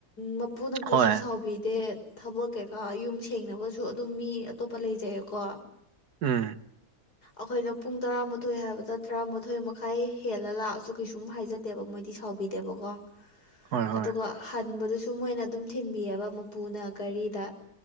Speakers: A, on the left; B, on the right.
A: ꯃꯄꯨꯅ ꯀꯩꯁꯨ
B: ꯍꯣꯏ
A: ꯁꯥꯎꯕꯤꯗꯦ ꯊꯕꯛ ꯀꯩꯀꯥ ꯌꯨꯝ ꯁꯦꯡꯅꯕꯁꯨ ꯑꯗꯨꯝ ꯃꯤ ꯑꯇꯣꯞꯄ ꯂꯩꯖꯩꯌꯦꯀꯣ
B: ꯎꯝ
A: ꯑꯩꯈꯣꯏꯅ ꯄꯨꯡ ꯇꯔꯥꯃꯥꯊꯣꯏ ꯍꯥꯏꯕꯗ ꯇꯔꯥꯃꯥꯊꯣꯏ ꯃꯈꯥꯏ ꯍꯦꯜꯂ ꯂꯥꯛꯑꯁꯨ ꯀꯩꯁꯨꯝ ꯍꯥꯏꯖꯗꯦ ꯗꯦꯕ ꯃꯣꯏꯗꯤ ꯁꯥꯎꯕꯤꯗꯦꯕꯀꯣ
B: ꯍꯣꯏ ꯍꯣꯏ
A: ꯑꯗꯨꯒ ꯍꯟꯕꯗꯨꯁꯨ ꯃꯣꯏꯅ ꯑꯗꯨꯝ ꯊꯤꯟꯕꯤꯑꯧꯕ ꯃꯄꯨꯅ ꯒꯥꯔꯤꯗ